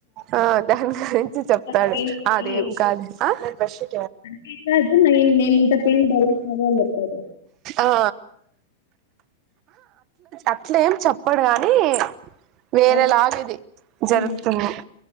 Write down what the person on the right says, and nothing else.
ఆ దాని గురించి చెప్తాడు,
అదేం కాదు ఆ. రషి.
ఆ అట్ల ఏం చెప్పడు కాని. వేరేలాగ
ఇది జరుగుతున్నామ్.